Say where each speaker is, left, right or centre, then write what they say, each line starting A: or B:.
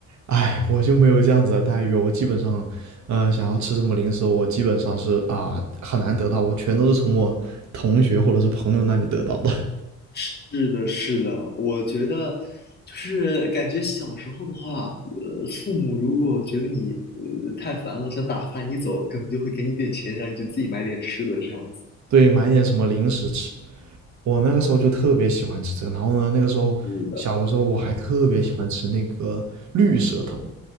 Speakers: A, on the right; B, on the left.
A: 哎，我就没有这样子的待遇，我基本上，呃，想要吃什么零食，我基本上是啊、很难得到，我全都是从我同学或者是朋友那里得到的。
B: 是的，是的，我觉得就是感觉小时候的话，呃，父母如果觉得你呃太烦了，想打发你走，可能就会给你点钱，让你去自己买点吃的这样子。
A: <laughs> 对，买点什么零食吃。我那个时候就特别喜欢吃这个，然后呢，那个时候小的时候我还特别喜欢吃那个绿舌头，
B: 是的，